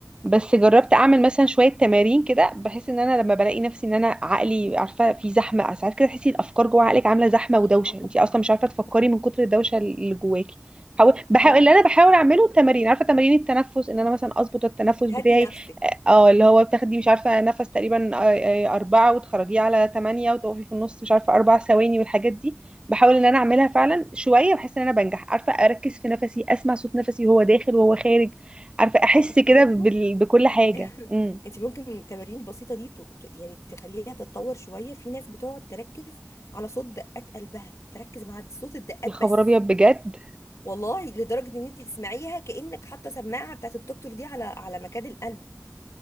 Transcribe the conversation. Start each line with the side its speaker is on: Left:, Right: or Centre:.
Right: بس جربت اعمل مثلا شويه تمارين كده بحس ان انا لما بلاقي نفسي ان انا عقلي عارفه في زحمه ساعات كده تحسي الافكار جوه عقلك عامله زحمه
Left: اه
Right: ودوشه
Left: اه طبعا
Right: انت اصلا مش عارفه تفكري
Left: طبعا
Right: من كتر الدوشه اللي جواكي حاول بحاول
Left: ايوه
Right: اللي انا بحاول اعمله التمارين عارفه تمارين التنفس ان انا مثلا اظبط التنفس
Left: بتهدي
Right: بتاعي
Left: نفسك
Right: اه اللي هو بتاخدي مش عارفة نفس تقريبا آه، آه، أربعة وتخرجيه على تمانية وتقفي في النص مش عارفة أربع ثواني والحاجات دي بحاول إن أنا أعملها فعلا شوية بحس إن أنا بنجح عارفة أركز في نفسي أسمع صوت نفسي وهو داخل وهو خارج عارفة أحس
Left: عارفه في
Right: كده
Left: برضو
Right: بال... بكل حاجة
Left: <laughs>
Right: امم
Left: انت ممكن من التمارين البسيطه دي ت- ت- يعني تخليها تتطور شويه في ناس بتقعد تركز على صوت دقات قلبها تركز مع صوت الدقات
Right: يا خبر
Left: بس
Right: أبيض بجد
Left: والله لدرجه ان انت تسمعيها كانك حاطه سماعه بتاعت الدكتور دي على على مكان القلب